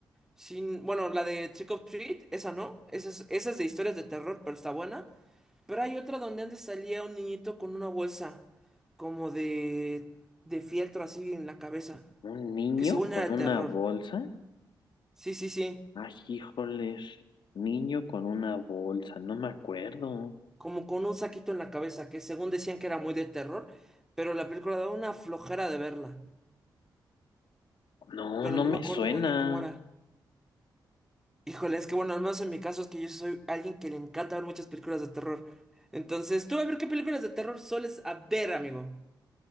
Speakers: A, in the centre; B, on the left.
A: Sin, bueno, la de Trick or Treat, esa no, esa es, esa es de historias de terror, pero está buena. Pero hay otra donde antes salía un niñito con una bolsa, como de, de fieltro así en la cabeza,
B: ¿Un niño
A: que según
B: con
A: era de
B: una
A: terror.
B: bolsa?
A: Sí, sí, sí.
B: Ay, híjoles, niño con una bolsa, no me acuerdo.
A: como con un saquito en la cabeza, que según decían que era muy de terror, pero la película daba una flojera de verla.
B: No,
A: Pero
B: no
A: no
B: me
A: me acuerdo
B: suena.
A: muy bien cómo era. Híjole, es que bueno, al menos en mi caso es que yo soy alguien que le encanta ver muchas películas de terror. Entonces, tú a ver qué películas de terror sueles a ver, amigo.